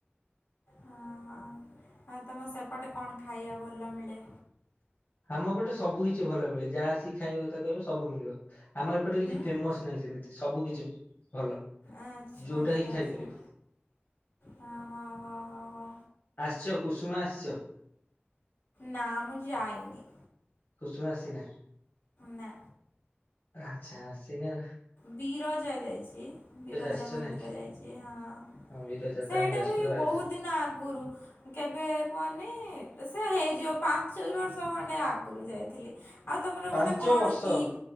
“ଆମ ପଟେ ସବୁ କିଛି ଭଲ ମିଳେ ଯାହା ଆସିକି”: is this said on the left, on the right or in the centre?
Left